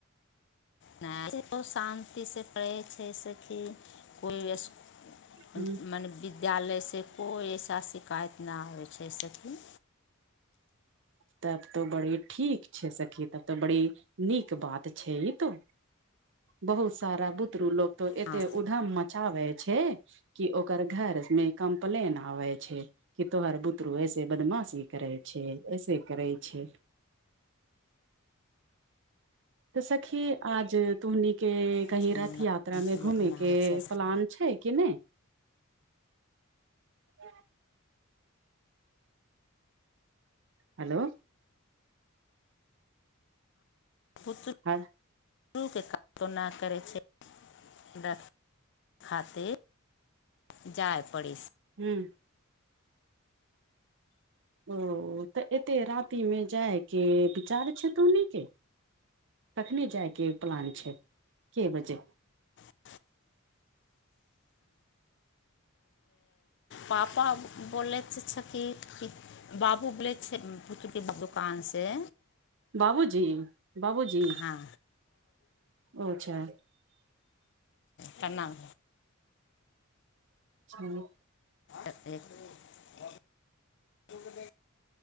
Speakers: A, on the left; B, on the right.
A: ब शान्ति से पड़ै छै कि कोइ <unintelligible>
B: ह
A: मने विद्यालयसँ कोइ ऐसा शिकायत ना आइ छै सकि
B: तब तो बड़ी ठीक छै सखी तब तऽ बड़ी नीक बात छै ई तो बहुत सारा बुतरू लोक एत
A: हँ
B: ऊधाम मचावै छै। कि ओकर घरमे कम्प्लेन आबै छै। कि तोहार बुतरू ऐसे बदमाशी करै छै। ऐसे करै छै। त सखी आज तुहनीके
A: कम्प्लेन
B: कही रथ यात्रामे घूमेके
A: ना आबै छै
B: प्लान छै, कि नहि। ह। हेलो।
A: पुत्त।
B: हँ।
A: शुरूके काजना करै छै। <unintelligible> खातिर जाय पड़ै छै
B: हूँ। ओ तऽ एते रातिमे जायके विचार छै तोहनी के कखनी जायके प्लान छै, के बजे
A: आ। पापा बोलै छै कि। बाबू बोलै छै, पुके दोकानसँ
B: बाबूजी बाबूजी
A: हँ।
B: ओ अच्छा
A: प्रणाम।
B: ठीक।
A: एतेक <unintelligible>